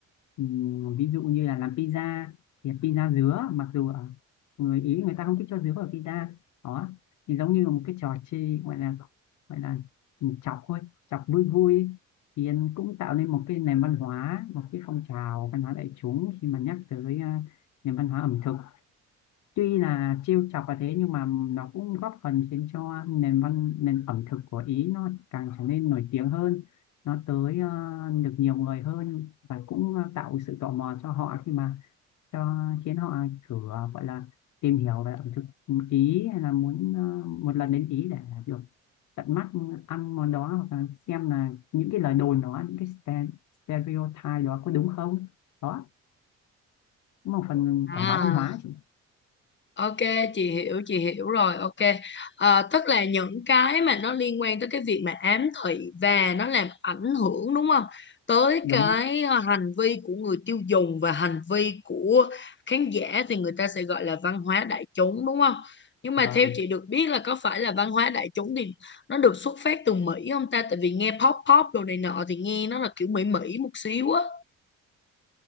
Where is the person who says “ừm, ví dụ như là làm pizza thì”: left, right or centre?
Left